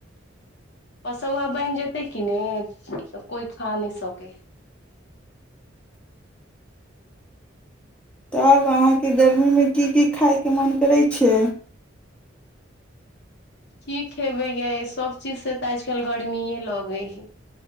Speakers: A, on the left; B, in the centre.
A: पसौआ बनि जेतै कि ने तऽ कोई खा नहि सकै है
B: तब अहाँके गर्मीमे की की खायके मोन करै छै
A: की खेबै यै सभ चीज से तऽ आजकल गर्मीे लगै ह